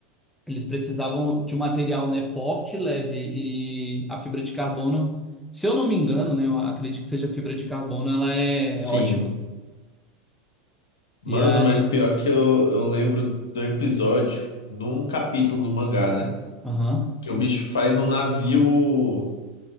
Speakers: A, in the centre; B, on the left.
A: eles precisavam de um material, né, forte, leve e a fibra de carbono, se eu não me engano, né, eu acredito que seja fibra de carbono, ela
B: S-
A: é
B: Sim.
A: ótima.
B: Mano,
A: E aí,
B: mas pior que eu, eu lembro de um episódio, num capítulo do mangá, né?
A: aham.
B: Que o bicho faz um navio